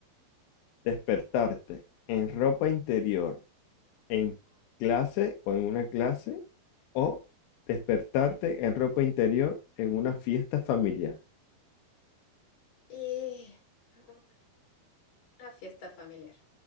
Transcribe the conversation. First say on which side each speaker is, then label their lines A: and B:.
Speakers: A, on the left; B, on the left.
A: ¿Despertarte en ropa interior, en clase o en una clase? ¿O despertarte en ropa interior en una fiesta familiar?
B: Y bueno, una fiesta familiar.